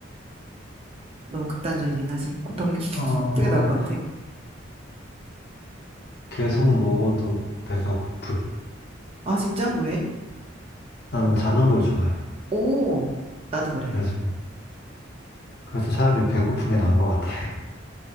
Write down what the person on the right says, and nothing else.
너무 극단적이긴 하지. 어떤 게, <laughs>
어떻게 나올 것 같아?
아, 진짜? 왜?
오, 나도 그래.